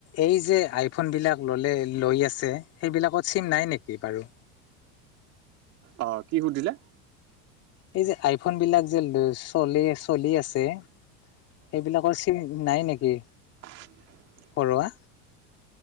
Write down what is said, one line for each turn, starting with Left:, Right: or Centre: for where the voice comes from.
Left: এই যে আইফোন বিলাক ললে লৈ আছে সেইবিলাকত চিম নাই নেকি বাৰু
Right: আহ কি সুধিলে
Left: এই যে আইফোন বিলাক যে চল চলি আছে সেইবিলাকৰ চিম নাই নেকি!
Right: উম!
Left: পৰুৱা